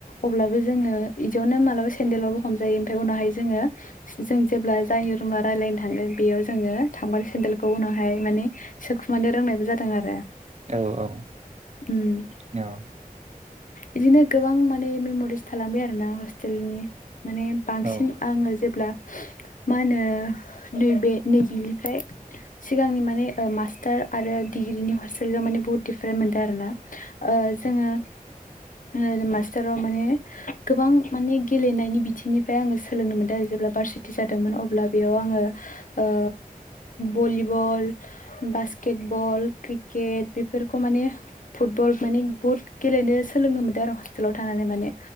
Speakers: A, on the left (about 60°); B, on the right (about 50°).
A: अब्लाबो जोंङो इदियावनो मालाबा सेन्देलावबो हमजायो ओमफ्राय उनावहाय जोंङो जों जेब्ला जायनि रुमा राय्लायनो थांदों बेयाव जोङो थांबाथाय सेन्देलखौ उनावहाय माने सोखुमानो रोंनायबो जादों आरो।
B: औ औ
A: उम
B: औ
A: बिदिनो गोबां माने मेम'रिस थालांबाय आरो ना हस्टेलनि। माने बांसिन
B: औ
A: आंङो जेब्ला मा होनो नैबे नै बेनिफ्राय सिगांनि माने मास्टार आरो डिग्रिनि हस्टेलाव माने बुहुत दिफारेन्ट मोनदों आरो ना। ओ जोंङो
B: औ
A: ओ मास्टार माने गोबां माने गेलेनायनि बिथिंनिफ्राय आङो सोलोंनो मोनदों आरो जेब्ला भारसिटि जादोंमोन अब्ला बेयाव आङो ओ भलिबल बास्केट बल, क्रिकेट बेफोरखौ माने फुटबल माने बुहुत गेलेनो सोलोंनो मोन्दों आरो हस्टेलाव थानानै माने।